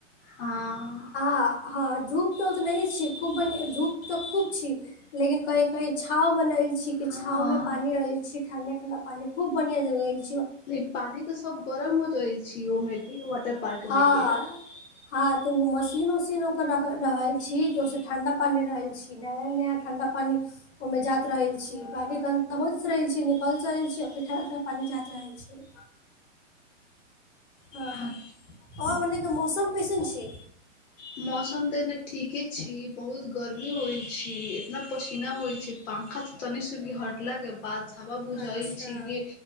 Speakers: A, on the left (about 75°); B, on the left (about 60°).
A: हँ
B: आ हँ धूप तऽ उत नहि छी खूब ब धूप तऽ खूब छी लेकिन कहीं कहीं छाव बनल के
A: हँ
B: छांव मे पानी रहल छी ठंडा ठंडा पानी खूब बढ़िया जगह छै
A: नहि पानी तऽ सब गरम हो जाई छि ओहिमे के वाटर पार्क
B: हँ
A: मे के
B: हँ तऽ ओ मशीन उशीन ओकर रहल छी कि ओस ठंडा पानी रहै छी नया नया ठंडा पानी ओहि में जात रहल छी पानी गंन्दा होत रहै छी निकल रहल छी पीठा पठा पानी जा रहल छै जे हाँ
A: हँ
B: आ ओ ओने के मौसम कैसन छै
A: मौसम तऽ एने ठीके छी बहुत गर्मी होइ छी इतना पस केना होल छै पंखा तऽ तनी सा हटला बाद सापा बुझल
B: अच्छा
A: छी कि